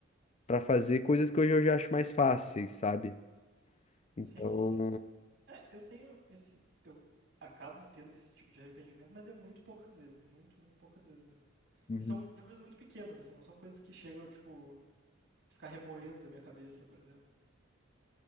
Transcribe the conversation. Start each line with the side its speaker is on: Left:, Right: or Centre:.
Left: para fazer coisas que hoje eu já acho mais fáceis, sabe? Então.
Right: sim, sim, sim. É, eu tenho esse. Eu acabo tendo esse tipo de arrependimento, mas é muito poucas vezes. Muito, muito poucas vezes mesmo.
Left: uhum.
Right: E são de coisas muito pequenas, assim, não são coisas que chegam, tipo, ficar remoendo a minha cabeça, por exemplo.